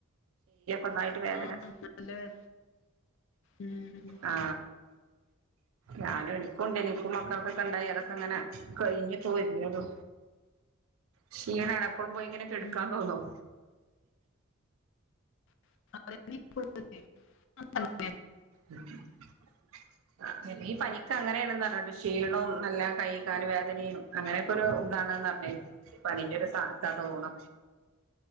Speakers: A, on the right; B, on the left.
A: ഒന്നായിട്ട് വേദന
B: ആ നല്ല വേ ഉം
A: ആ ഞാനും എനിക്കും ഉണ്ടേനി ഇൻക്കും മക്കൾക്കൊക്കെണ്ടായി അതൊക്കെ ഇങ്ങനെ കഴിഞ്ഞി വരുന്നൊള്ളു ക്ഷീണാണ് എപ്പളും പോയി ഇങ്ങനെ കേട്ക്കാൻ
B: ഉം
A: തോന്നും
B: <unintelligible>
A: ഉം ഈ പനിക്ക് അങ്ങനെയാണന്ന് പറഞ് കേട്ട് ക്ഷീണവും നല്ല കൈകാലും വേ ദനയും അങ്ങനെയൊക്കെ ഒരു ഇതാണ്ന്ന് പനീന്റെ ഒരു സാധാ തോണ്